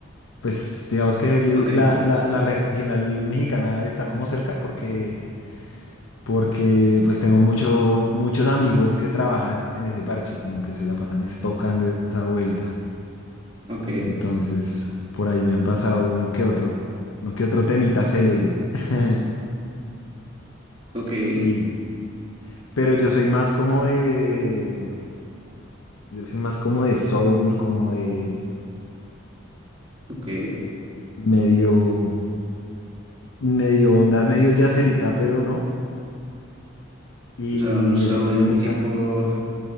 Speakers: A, on the left; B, on the right.
A: Pues digamos que el-
B: Ok,
A: la, la, la regional mexicana está como cerca porque porque pues tengo mucho, muchos amigos que trabajan en ese parche, como que se la pasan es tocando esa vuelta.
B: ok,
A: Entonces, por ahí me han pasado uno que otro, uno que otro temita célebre. <laughs>
B: ok.
A: Sí, pero yo soy más como de, yo soy más como de soul, como de
B: Ok.
A: medio, medio onda, medio yacerita, pero no, y
B: O sea, un soul
A: electrónica.
B: tipo,